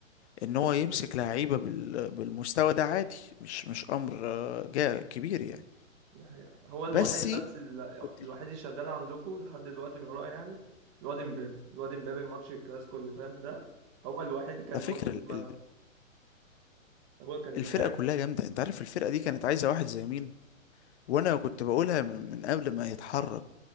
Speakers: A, on the left; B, on the right.
A: ان هو
B: دي
A: يمسك
B: حقيقة
A: لعيبه بال بالمستوى ده عادي مش مش امر آه، جا كبير يعني
B: دي حقيقة. هو الوحيد
A: بس
B: بس ال-
A: كنت
B: الوحيد اللي شغال عندكم لحد دلوقتي من رأيي يعني الواد امبابي الواد امبابي الماتش الكلاسيكو اللي فات ده هو الوحيد كان
A: على فكره
B: واخد
A: ال-
B: الملعب
A: ال-
B: هو كان
A: الفرقه
B: بيحارب
A: كلها جامده انت عارف الفرقه دي كانت عايزه واحد زي مين وانا كنت بقولها من, من قبل ما يتحرك